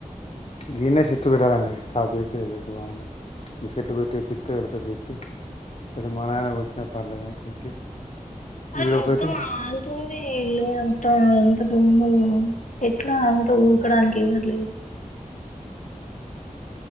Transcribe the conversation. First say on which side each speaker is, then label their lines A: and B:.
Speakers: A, on the left; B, on the left.
A: గీన్నే చెట్టు పెట్టాలి అనేది సావ్ చేసి ఇడ వెడితే బాగుఉంటది. ఈ చెట్లు పెట్టి పిత్త వెళ్ళతో చెప్పి అతే వాన గాన కొట్నాప్డల్ల కొట్టి.
B: అది
A: ఈడొకటి
B: మొత్తం అలుతుంది ఇల్లు అంత అంతదుమ్ము ఎట్లా అంత ఊకడానికి ఎవ్వరులేరు